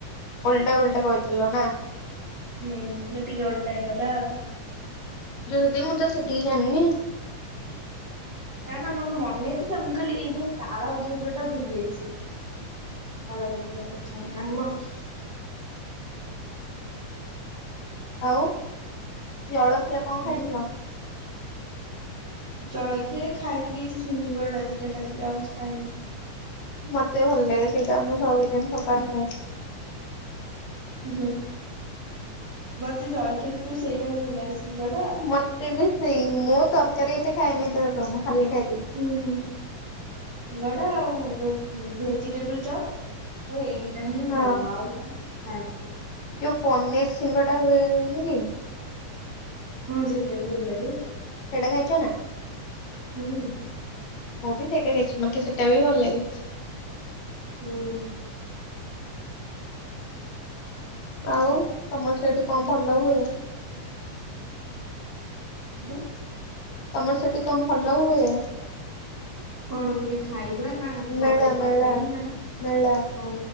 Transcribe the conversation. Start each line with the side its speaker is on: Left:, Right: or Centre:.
Left: ଓଲଟା ଓଲଟା କହିଥିଲ ନା।
Right: ହୁଁ ଟିକେ ଓଲଟା ହେଇଗଲା ଆଉ।
Left: ଯିଏ ଯେତିକି ମୁଁ ତ ସେତିକି ଜାଣିନି।
Right: ନା ନା ମୋର ମନେ ଥିଲା ମୁଁ ଖାଲି ଏଇ ଯୋଉ ତାଳଧ୍ୱଜ ଟା ଭୁଲି ଯାଇଛି। ଭ ଯିତ ଆ <inaudible>
Left: ଆଉ ଜଳଖିଆ କଣ
Right: ମୁଁ
Left: ଖାଇଥିଲ?
Right: ଚଳଖିଆ ଖାଇଥିଲି ଶିଙ୍ଗଡା ଦିଟା ଖାଇଥିଲି ଆଉ କିଛି ଖାଇନି।
Left: ମତେ ଭଲ ଲାଗେ ସେଇଟା ମୁଁ ସବୁଦିନ ସକାଳେ ଖଏ।
Right: ହୁଁ ମତେ ଜଳିଖିଆ ଭିତରୁ ସେଇଟା ବି ଭଲ ଲାଗ ସିଙ୍ଗଡ଼ା।
Left: ମତେ ବି ସେଇ ମୁଁ ତରକାରୀ ଏତେ ଖାଇନି ତ ମୁଁ ଖାଲିି ଖାଇଦେବି।
Right: ହଁ ସିଙ୍ଗଡ଼ା ଆଉ ଉ ଭେଜିଟେବୁଲ ଚପ୍। ହଁ ଏଇ ଦିଟା ହିଁ
Left: ହଁ
Right: ଭଲ ଆଉ ନହେଲେ କିଛି ଖଏନା।
Left: ଯୋଉ ପନିର ସିଙ୍ଗଡା ହୁଏନି କି ଜୋ
Right: ହଁ ସେଟା ବି ଭଲ ଲାଗେ।
Left: ସେଇଟା ଖାଇଛ ନା?
Right: ହୁଁ।
Left: ମୁଁ ବି ସେଇଟା ଖାଇଛି ମତେ ସେଇଟା ବି ଭଲ ଲାଗେ।
Right: ହୁଁ।
Left: ଆଉ ତମର ସେଠି କଣ ଭଲ ହୁଏ?
Right: ହେଲେ
Left: ତମର ସେଠି କଣ ଭଲ ହୁଏ?
Right: କଣ ମେ ଖାଇବା ନା
Left: ମେଳା
Right: ପର୍ବପର୍ବାଣିୀ
Left: ମେଳା
Right: ନା
Left: ମେଳା
Right: ଓ